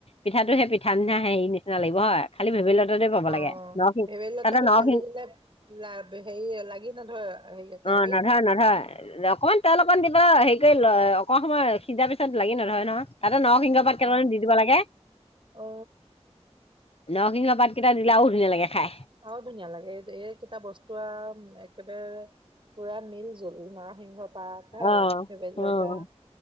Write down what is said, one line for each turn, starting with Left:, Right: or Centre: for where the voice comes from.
Left: পিঠাটো সে পিঠা নিচিনা হেৰি নে না লাগিব হয় খালি ভেবেলতাটোৱে পাব
Right: অ
Left: লাগে নৰসিং
Right: ভেবেলী লতাটো
Left: তাতে নৰসিং
Right: খালি দিলে হেৰি লাগি নধৰে হেৰি কেৰাহীত
Left: অ নধই নধই অকমান তেল অকমান দিব হেৰি কৰি অকমান সময় সিজা পিছত লাগি নধৰে নহয় তাতে নসিংহ
Right: অ
Left: পাত কেতামান
Right: অ
Left: দি দিব লাগে
Right: অ
Left: নৰসিংহৰ পাত কেইটা দিলে আও ধুনীয়া লাগে খাই
Right: আও ধুনীয়া লাগে এই এইকেইটা বস্তু আও একেবাৰে পুৰা মিল জোল না মেংগ পাত সে
Left: অ
Right: ভেবেলি লতা
Left: অ